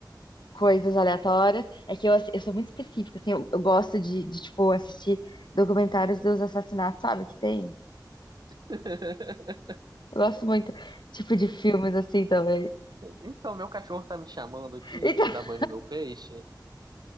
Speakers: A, on the left; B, on the right.
A: coisas aleatórias. É que eu, assi- eu sou muito específica, assim, eu, eu gosto de, de, tipo, assistir documentários dos assassinatos, sabe? Que tem.
B: <laughs>
A: Eu gosto muito, tipo, de filmes assim também.
B: Então, meu cachorro tá me chamando aqui,
A: <laughs>
B: eu tenho que dar banho no meu peixe.